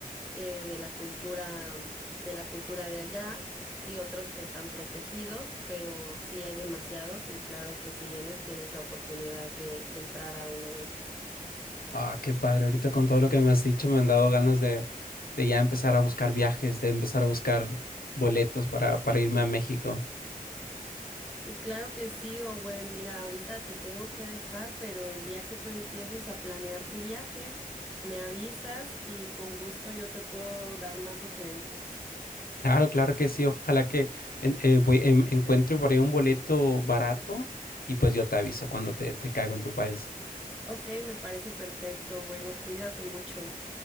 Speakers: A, in the centre; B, on the left (about 80°).
A: eh, de la cultura, de la cultura de allá, y otros que están protegidos, pero sí hay demasiados, y claro que si vienes tienes la oportunidad de entrar a uno de ellos.
B: Ah, qué padre. Ahorita con todo lo que me has dicho me han dado ganas de, de ya empezar a buscar viajes, de empezar a buscar boletos para, para irme a México.
A: Claro que sí, Owen. Mira, ahorita te tengo que dejar, pero el día que tú empieces a planear tu viaje, me avisas y con gusto yo te puedo dar más sugerencias.
B: Claro, claro que sí. Ojalá que en- eh, voy- em- encuentre por ahí un boleto barato y pues yo te aviso cuando te, te caigo en tu país.
A: Ok, me parece perfecto. Bueno, cuídate mucho.